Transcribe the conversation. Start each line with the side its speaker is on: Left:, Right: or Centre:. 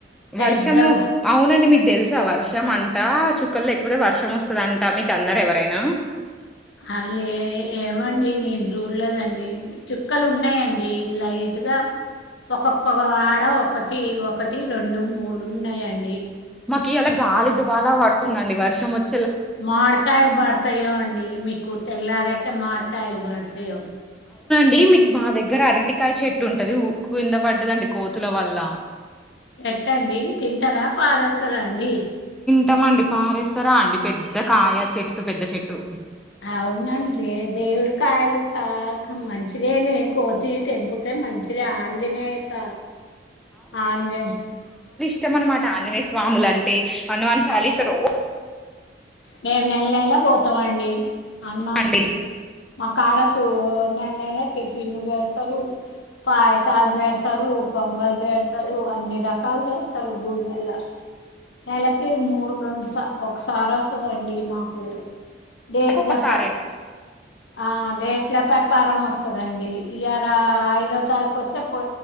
Left: పెద్దగా
Centre: వర్షము అవునండి మీక్ తెలుసా వర్షం అంటా చుక్కలు లేకపోతే వర్షం వస్తుందంటా మీకు అన్నార ఎవరైనా
Left: అ లే ఏమండి నేను రూడలేదండి చుక్కలు ఉన్నాయండి లైట్గా ఒక్కొక్క ఆడ ఒకటి ఒకటి రెండు మూడు ఉన్నాయండి
Centre: మకి ఎలా గాలి దగాల వాడత వస్తుందండి వర్షం వచ్
Left: మామిడికాయలు పడతాయో అండి మీకు తెల్లారక మామిడికాయలు పడతాయో
Centre: అండి మీకు మా దగ్గర అరటికాయ చెట్టు ఉంటది ఉ కింద పడ్డదండి కోతుల వల్ల
Left: ఎట్టండి తింటారా పారేస్ తరా అండి
Centre: టమండి పారేస్తారా అండి పెద్ద కాయ చెట్టు పెద్ద చెట్టు
Left: అవునండి లే దేవుడి కాయలు కా క మంచిదే లే కోతి తెెంపుతే మంచి చిరే ఆంజనేయకా ఆంజనే
Centre: ష్టం అనమాట ఆంజనేయ స్వాములంటే హనుమాన్ చాలీసా రో
Left: మేం నెల నెలా పోతమండి హనుమాన్
Centre: అండి
Left: లు మా కాడ సు ఓర్ నన్నెవర్ టిఫిన్ బో పాయసాలు పెేడతారు పొంగలు పెేడతారు అన్ని రకాలు చేస్తారు గుళ్ళల, నెలకి మూడు రెండు స ఒకసారి వ వస్తుదఅండి మాకు డే
Centre: ఒక్కొక్కసారేనండి
Left: ఎట్లా ప ఆ అదేట్ల ప్రకారం వస్తుంది దండి ఇర ఐదో తారీకుు వస్తే పో